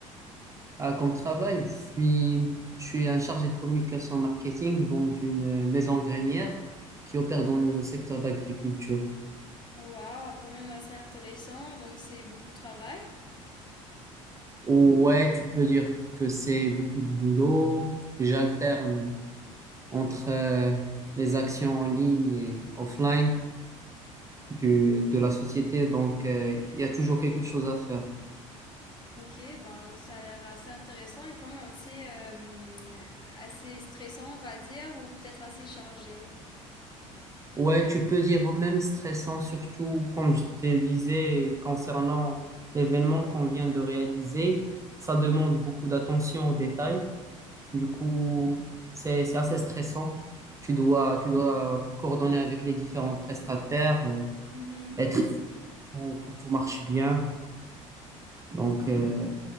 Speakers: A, on the right; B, on the left.
A: Ah, comme travail, je suis, je suis un chargé de communication marketing dans une euh, maison grainière qui opère dans le secteur d'agriculture.
B: Waouh, quand même assez intéressant. Donc c'est beaucoup de travail.
A: Ouais, tu peux dire que c'est beaucoup de boulot. J'alterne entre euh, les actions en ligne et offline du, de la société, donc euh, il y a toujours quelque chose à faire.
B: Ok, ben ça a l'air assez intéressant et quand même assez, euh, assez stressant, on va dire, ou peut-être assez chargé.
A: Ouais, tu peux dire même stressant, surtout comme je te disais concernant l'événement qu'on vient de réaliser, ça demande beaucoup d'attention aux détails. Du coup, c'est c'est assez stressant. Tu dois tu dois coordonner avec les différents prestataires. euh,
B: Mhm.
A: être tout- que tout marche bien. Donc, euh,